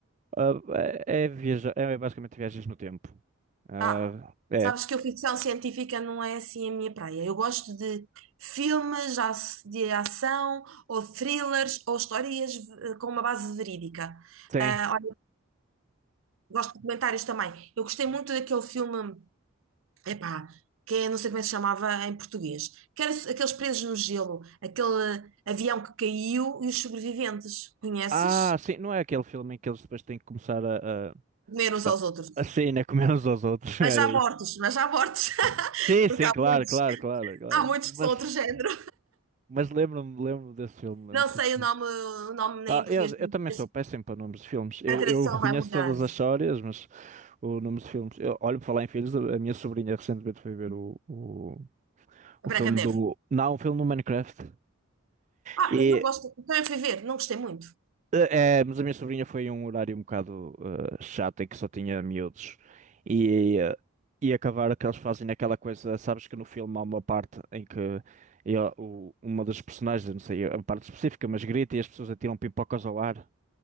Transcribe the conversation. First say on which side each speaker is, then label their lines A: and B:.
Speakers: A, on the right; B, on the right.
A: Ah, é, é viaja- é basicamente viagens no tempo. Ah,
B: Ah,
A: é,
B: sabes que a ficção científica não é assim a minha praia. Eu gosto de filmes ac- de ação, ou thrillers, ou histórias eh, com uma base verídica.
A: tem.
B: Ah, olha, gosto de comentários também. Eu gostei muito daquele filme, epá, que é, não sei como é que se chamava em português, que era so- aqueles presos no gelo, aquele avião que caiu e os sobreviventes. Conheces?
A: Ah, sim, não é aquele filme em que eles depois têm que começar a,
B: Comeram uns
A: Ah,
B: aos outros.
A: Assim, né? Comendo uns aos outros,
B: Mas
A: <laughs> era
B: já mortos,
A: isso.
B: mas já mortos, <laughs>
A: Sim,
B: porque
A: sim,
B: há
A: claro,
B: muitos,
A: claro, claro, claro.
B: há muitos
A: Mas,
B: que são outro género.
A: mas lembro-me, lembro-me desse filme, lembro-me
B: Não
A: sim,
B: sei
A: senhor.
B: o nome, o nome nem
A: Ah,
B: em português,
A: eu, eu também
B: mas
A: sou péssimo para nomes de filmes. Eu,
B: a tradução
A: eu reconheço
B: vai mudando.
A: todas as histórias, mas o nome de filmes. Eu, olho para falar em filhos, a a minha sobrinha recentemente foi ver o, o, o
B: A Branca
A: filme
B: de
A: do.
B: Neve.
A: Não, o filme do Minecraft.
B: Ah,
A: e
B: eu não gosto. Também fui ver, não gostei muito.
A: É, mas a minha sobrinha foi um horário um bocado eh, chato em que só tinha miúdos e, eh, e acabar que eles fazem aquela coisa, sabes que no filme há uma parte em que ele- o- uma das personagens, eu não sei a parte específica, mas grita e as pessoas atiram pipocas ao ar.